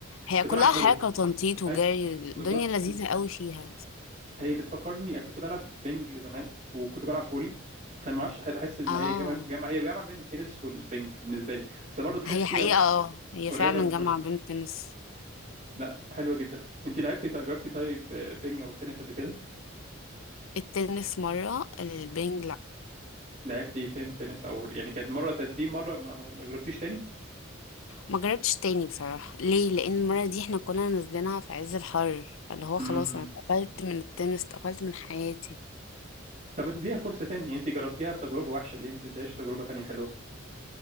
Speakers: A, on the left; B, on the right.
A: هي
B: كنت
A: كلها
B: بلعب فولي
A: حركة وتنطيط وجري
B: اي
A: الدنيا
B: بالظبط
A: لذيذة قوي فيها
B: هي بتفكرني كنت بلعب بينج زمان وكنت بلعب فولي فانا ما اعرفش بحس ان
A: اه
B: هي جامعه جامعه هي جامعه بين التنس والبينج بالنسبه لي بس برضه بحس
A: هي
B: فيها
A: حقيقة اه هي
B: قريبه
A: فعلا
B: من الفولي
A: جامعة بين التنس
B: لا حلوه جدا انت لعبتي جربتي طيب بينج او تنس قبل كده
A: التنس مرة البنج لأ
B: لعبتي فين تنس او يعني كانت مره تدريب مره ما, ما ما جربتيش تاني
A: ما جربتش تاني بصراحة ليه لأن المرة دي احنا كنا نازلينها في عز الحر اللي هو
B: امم
A: خلاص أنا اتقفلت من التنس اتقفلت من حياتي
B: طب ما تديها فرصه تاني يعني انت جربتيها بتجربه وحشه ليه ما تديهاش تجربه تانية حلوه